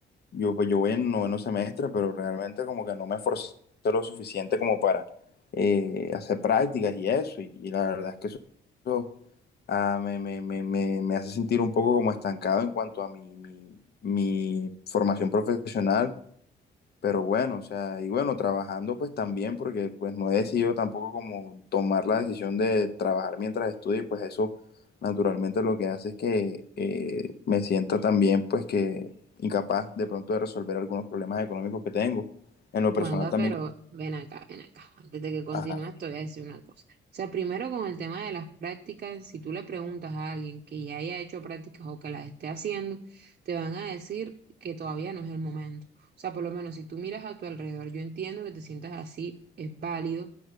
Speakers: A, on the left (about 55°); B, on the right (about 45°).
A: yo, pues, yo voy en noveno semestre, pero realmente como que no me esforcé lo suficiente como para eh, hacer prácticas y eso, y, y la verdad es que eso, eso, ah, me, me, me, me, me hace sentir un poco como estancado en cuanto a mi, mi, mi formación profesional pero bueno, o sea, y bueno, trabajando pues también, porque pues no he decidido tampoco como tomar la decisión de trabajar mientras estudio, y pues eso naturalmente lo que hace es que eh, me sienta también pues que incapaz de pronto de resolver algunos problemas económicos que tengo. En lo personal
B: Wanda,
A: también,
B: pero ven acá, ven acá. Antes de que continúes,
A: ajá,
B: te voy a decir una cosa. O sea, primero con el tema de las prácticas, si tú le preguntas a alguien que ya haya hecho prácticas o que las esté haciendo, te van a decir que todavía no es el momento. O sea, por lo menos si tú miras a tu alrededor, yo entiendo que te sientas así, es válido,